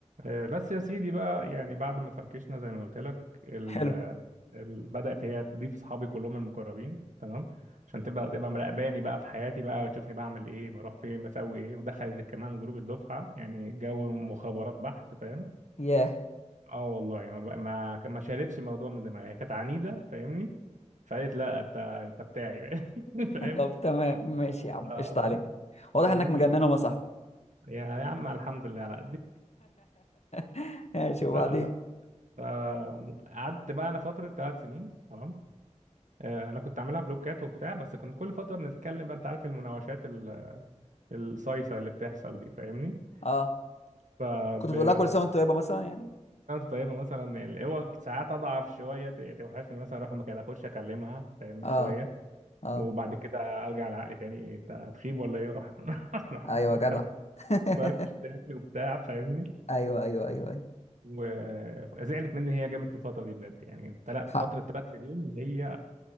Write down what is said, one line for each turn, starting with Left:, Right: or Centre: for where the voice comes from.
Right: آه، بس يا سيدي بقى يعني بعد ما فركشنا زي ما قلت لك ال...
Left: حلو
Right: ال... بدأت هي تضيف اصحابي كلهم المقربين تمام عشان تبقى تبقى مراقباني بقى في حياتي بقى وتشوفني بعمل ايه بروح فين بسوي ايه ودخلت كمان جروب الدفعة يعني جو مخابرات بحت فاهم
Left: ياه
Right: اه والله ما بقى ما ما شالتش الموضوع من دماغي هي كانت عنيدة فاهمني فقالت لا انت انت بتاعي بقى. <laughs> فاهم
Left: <laughs> طب تمام ماشي يا عم
Right: فالمهم-
Left: قشطة عليك واضح
Right: المهم
Left: انك مجنن
Right: ايه
Left: وما صاحبي
Right: يا يا عم الحمد لله على
Left: <laughs> ماشي وبعدين
Right: قد <laughs> فقعدت بقى انا فتره ثلاث سنين تمام آه، انا كنت عاملها بلوكات وبتاع بس كنت كل فتره بنتكلم بقى انت عارف المناوشات ال- الصيصه اللي بتحصل دي فاهمني
Left: اه
Right: فكانت
Left: كنت بتقول لها كل سنه وانت طيبه مثلا يعني
Right: طيبه مثلا يعني هو ساعات اضعف شويه ت- يعني توحشني مثلا اروح مكان اخش اكلمها فاهمني شويه
Left: اه اه
Right: وبعد كده ارجع لعقلي تاني انت هتخيب ولا ايه راح <laughs> راح
Left: ايوه
Right: مفركش
Left: جدع <laughs>
Right: مفركش <laughs> تاني وبتاع فاهمني
Left: ايوه ايوه ايوه ايوه
Right: وزعلت مني هي جامد في الفتره دي بجد يعني تلا-
Left: حق
Right: فتره ثلاث سنين هي